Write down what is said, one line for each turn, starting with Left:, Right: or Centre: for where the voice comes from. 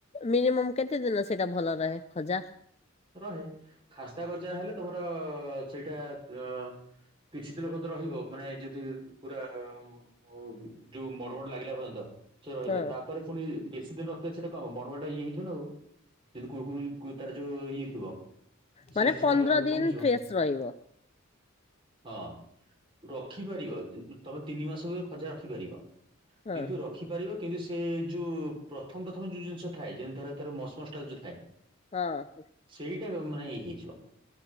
Left: ମିନିମମ୍ କେତେ ଦିନ ସେଇଟା ଭଲ ରହେ ଖଜା।
Right: ରହେ ଖାସ୍ତା ଗଜା ହେଲେ ତମର ସେଇଟା ଆଁ। କିଛି ଦିନ ପଯ୍ୟନ୍ତ ରହିବ ମାନେ ଯଦି ପୁରା। ମ ଉ ଯୋଉ ମଡ ମଡ ଲାଗିଲା ପର୍ଯ୍ୟନ୍ତ ସେ ରହିବ
Left: ହଁ।
Right: ତା। କୁଆଡେ ପୁଣି ବେଶୀ ଦିନ ରଖିଲେ ସେଇଟା କଣ ହବ ମଡ ମଡ ଟା ଇଏ ହେଇ ଯିବ ନା ଆଉ କିନ୍ତୁ କୁଡୁ କୁଡି କୁ ତା ଯୋଉ ଇଏ। ଯିବ ସେ
Left: ମାନେ
Right: ଜିନିଷ
Left: ପନ୍ଦର
Right: ଟା
Left: ଦିନ
Right: କମିଯିବ।
Left: ଫ୍ରେଶ ରହିବ
Right: ହଁ ରଖିପାରିବ ଯେ ତମେ ତିନି ମାସ ଭିତରେ ଖଜା ରଖିପାରିବ।
Left: ହଁ
Right: କିନ୍ତୁ ରଖି ପାରିବ କିନ୍ତୁ ସେ ଯୋଉ ପ୍ରଥମ ପ୍ରଥମ ଯୋଉ ଜିନିଷ ଥାଏ ଯେମିତି ତାର। ମସ୍ ମସ୍ ଟା ଯୋଉ ଥାଏ।
Left: ହଁ।
Right: ସେଇଟା ଯୋଉ ମାନେ ଏଇ ହେଇ ଯିବ।